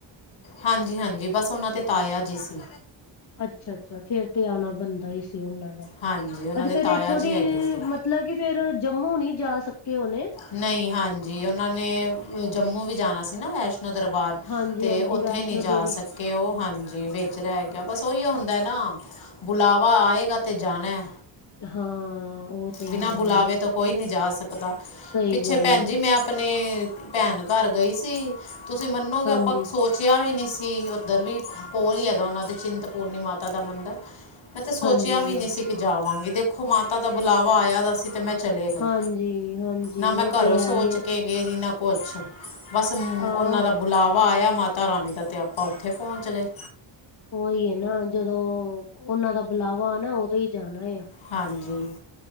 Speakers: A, on the left; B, on the left.
A: ਹਾਂਜੀ-ਹਾਂਜੀ ਬਸ ਉਹਨਾਂ ਦੇ ਤਾਇਆ ਜੀ ਸੀ।
B: ਅੱਛਾ-ਅੱਛਾ ਫੇਰ ਤੇ ਆਣਾ ਬਣਦਾ ਈ ਸੀ ਉਹਨਾਂ ਦਾ,
A: ਹਾਂਜੀ ਉਹਨਾਂ
B: ਅੱਛਾ
A: ਦੇ
B: ਫੇਰ
A: ਤਾਇਆ
B: ਇੱਥੋਂ
A: ਜੀ
B: ਦੀ
A: ਹੈਗੇ ਸੀ
B: ਮ <unintelligible> ਕਿ ਫੇਰ ਜੰਮੂ ਨੀ ਜਾ ਸਕੇ ਹੋਨੇ।
A: ਨਈ ਹਾਂਜੀ ਉਹਨਾਂ ਨੇ, ਜੰਮੂ ਵੀ ਜਾਣਾ ਸੀ ਨਾ ਵੈਸ਼ਨੋ ਦਰਬਾਰ।
B: ਹਾਂਜੀ-ਹਾਂਜੀ
A: ਤੇ, ਉੱਥੇ
B: ਵੈਸ਼ਨੋ
A: ਨੀ ਜਾ
B: ਦੇਵੀ
A: ਸਕੇ ਉਹ ਹਾਂਜੀ ਵਿਚ ਰਹਿ ਗਿਆ ਬਸ ਉਈਓ ਹੁੰਦਾ ਨਾ ਬੁਲਾਵਾ ਆਏਗਾ ਤਾਂ ਜਾਣੈ।
B: ਹਾਂ ਉਹ ਤੇ
A: ਬਿਨਾਂ
B: ਹੈ
A: ਬੁਲਾਵੇ
B: ਹੀ ਹੈ
A: ਤੋਂ ਕੋਈ ਨੀ ਜਾ ਸਕਦਾ,
B: ਸਹੀ
A: ਪਿੱਛੇ
B: ਗੱਲ
A: ਭੈਨਜੀ
B: ਹੈ
A: ਮੈਂ ਨੇ, ਭੈਣ ਘਰ ਗਈ ਸੀ, ਤੁਸੀਂ ਮੰਨੋਗੇ
B: ਹਾਂਜੀ।
A: ਆਪਾਂ ਸੋਚ ਕਿਆ ਵੀ ਨੀ ਸੀ, ਉੱਧਰ ਵੀ ਕੋਲ ਈ ਹੈਗਾ ਉਹਨਾਂ ਦੇ ਚਿੰਤਪੂਰਨੀ ਮਾਤਾ ਦਾ ਮੰਦਰ। ਮੈਂ ਤੇ ਸੋਚਿਆ
B: ਹਾਂਜੀ-ਹਾਂਜੀ,
A: ਵੀ ਨੀ ਸੀ ਕਿ ਜਾਵਾਂਗੀ, ਦੇਖੋ ਮਾਤਾ ਦਾ ਬੁਲਾਵਾ ਆਇਆ ਦਾ ਸੀ ਤੇ ਮੈਂ ਚਲੇ ਗਈ,
B: ਹਾਂਜੀ-ਹਾਂਜੀ
A: ਨਾ ਮੈਂ
B: ਉਹ
A: ਘਰੋਂ
B: ਤੇ ਹੈ
A: ਸੋਚ
B: ਹੀ ਹੈ
A: ਕੇ ਇਹ ਵੀ ਨਾ ਕੁਛ ਬਸ ਉਹਨਾਂ
B: ਆਹ
A: ਦਾ ਬੁਲਾਵਾ ਆਇਆ ਮਾਤਾ ਰਾਣੀ ਦਾ ਤੇ ਆਪਾਂ ਉੱਥੇ ਪੌਚ ਗਏ।
B: ਉਹੀ ਐ ਨਾ ਜਦੋਂ, ਉਹਨਾਂ ਦਾ ਬੁਲਾਵਾ ਆਨਾ ਉਦੋਂ ਈ ਜਾਨਾ ਆ।
A: ਹਾਂਜੀ,